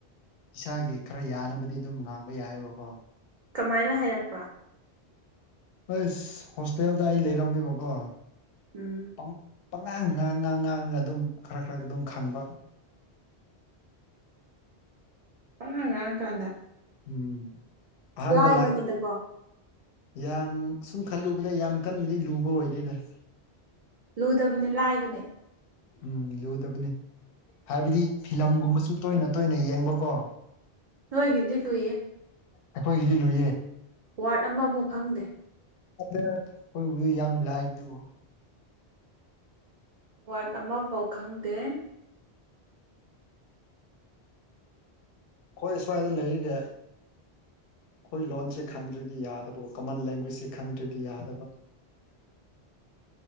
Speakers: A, on the left (about 65°); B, on the right (about 50°).
A: ꯏꯁꯥꯒꯤ ꯈꯔ ꯌꯥꯅꯕꯗꯤ ꯑꯗꯨꯝ ꯉꯥꯡꯕ ꯌꯥꯏꯌꯦꯕꯀꯣ
B: ꯀꯃꯥꯏꯅ ꯍꯥꯏꯔꯛꯄ꯭ꯔꯥ
A: ꯑꯁ ꯍꯣꯁꯇꯦꯜꯗ ꯑꯩ ꯂꯩꯔꯝꯃꯦꯕꯀꯣ
B: ꯎꯝ
A: ꯎꯪ ꯄꯪꯉꯥꯡ ꯉꯥꯡ ꯉꯥꯡ ꯉꯥꯡꯉꯒ ꯑꯗꯨꯝ ꯈꯔ ꯈꯔ ꯑꯗꯨꯝ ꯈꯪꯕ
B: ꯄꯉꯥꯡ ꯉꯥꯡꯉ ꯀꯥꯟꯗ
A: ꯎꯝ ꯑꯍꯥꯟꯕ
B: ꯂꯥꯏꯕꯅꯤꯗꯀꯣ
A: ꯂꯥꯛꯄ__ ꯌꯥꯝ ꯁꯨꯝ ꯈꯜꯂꯨꯕꯗ ꯌꯥꯝ ꯀꯟꯅꯗꯤ ꯂꯨꯕ ꯑꯣꯏꯗꯦꯗ
B: ꯂꯨꯗꯕꯅꯦ ꯂꯥꯏꯕꯅꯦ
A: ꯎꯝ ꯂꯨꯗꯕꯅꯤ ꯍꯥꯏꯕꯗꯤ ꯐꯤꯂꯝꯒꯨꯝꯕꯁꯨ ꯇꯣꯏꯅ ꯇꯣꯏꯅ ꯌꯦꯡꯕꯀꯣ
B: ꯅꯣꯏꯒꯤꯗꯤ ꯂꯨꯏꯌꯦ
A: ꯑꯩꯈꯣꯏꯒꯤꯗꯤ ꯂꯨꯏꯌꯦ
B: ꯋꯥꯔꯗ ꯑꯃꯕꯨꯛ ꯈꯪꯗꯦ
A: ꯍꯣꯏꯗ ꯑꯈꯣꯏꯕꯨꯗꯤ ꯌꯥꯝ ꯂꯥꯏꯕꯗꯨꯕꯨ
B: ꯋꯥꯔꯗ ꯑꯃꯐꯥꯎ ꯈꯪꯗꯦ
A: ꯈꯣꯏ ꯁ꯭ꯋꯥꯏꯗ ꯂꯩꯔꯤꯒꯦ ꯑꯈꯣꯏ ꯂꯣꯟꯁꯦ ꯈꯪꯗ꯭ꯔꯗꯤ ꯌꯥꯗꯕ ꯀꯃꯟ ꯂꯦꯡꯒ꯭ꯋꯦꯖꯁꯦ ꯈꯪꯗ꯭ꯔꯗꯤ ꯌꯥꯗꯕ
B: <inaudible>